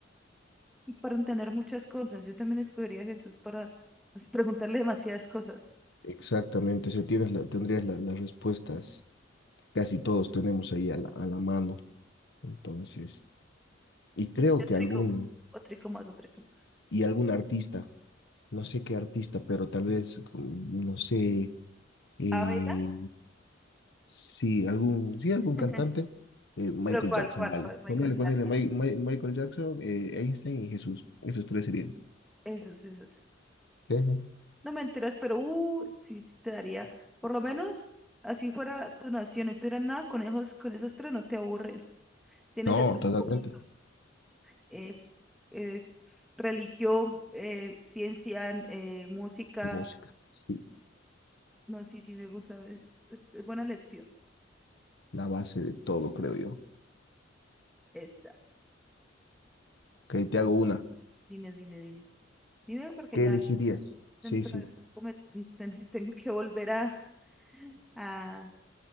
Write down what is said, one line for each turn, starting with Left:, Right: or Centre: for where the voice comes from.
Centre: Y para entender muchas cosas. Yo también escogería a Jesús para pues, preguntarle demasiadas cosas.
Left: Exactamente, o sea, tienes la- tendrías la- las respuestas, casi todos tenemos ahí a la, a la mano, entonces, y creo
Centre: Yo
Left: que
Centre: trico,
Left: algún
Centre: o trico más, o trico más.
Left: y algún artista, no sé qué artista, pero tal vez, mm, no sé, eh,
Centre: Ah, venga.
Left: sí, algún, sí, algún
Centre: <laughs>
Left: cantante, eh, Michael
Centre: Pero ¿cuál,
Left: Jackson,
Centre: cuál,
Left: vale.
Centre: cuál? Michael
Left: Ponele,
Centre: Jackson.
Left: ponele, Mi- Mi- Michael Jackson, eh, Einstein y Jesús, esos tres serían.
Centre: Esos, esos.
Left: Sí, sí.
Centre: No mentiras, pero uh, sí te daría. Por lo menos, así fuera tu nación y tú eras nada, con esos, con esos tres no te aburres. Tienes
Left: No,
Centre: de todo un
Left: totalmente,
Centre: poquito. eh, eh, religión, eh, ciencia, eh, música.
Left: de música, sí,
Centre: No, sí, sí, me gusta. Es, es- es buena lección.
Left: la base de todo, creo yo.
Centre: Exacto.
Left: Ok, te hago una,
Centre: Dime, dime, dime. Dime porque
Left: ¿qué
Centre: ya
Left: elegirías? Sí,
Centre: dentro
Left: sí,
Centre: de poco me, mm, también <laughs> tengo que volver a, a,